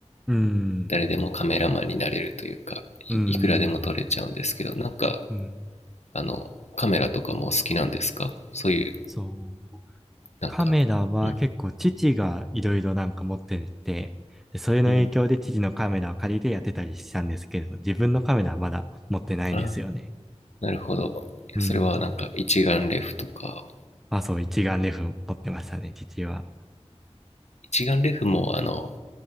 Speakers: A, in the centre; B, on the left (about 75°).
A: うん、
B: 誰でもカメラマンになれるというか、
A: うん、
B: い、いくらでも撮れちゃうんですけど、なんか、
A: うん、
B: あの、カメラとかもお好きなんですかそういう、
A: そう。
B: なんか、
A: カメラは結構父がいろいろなんか持ってて、
B: うん、
A: で、それの影響で父のカメラを借りてやってたりしたんですけど、
B: うん、
A: 自分のカメラはまだ持ってないんですよね。
B: あ、なるほど。
A: うん。
B: それはなんか一眼レフとか、
A: あ、そう、一眼レフ持ってましたね、父は。
B: 一眼レフもあの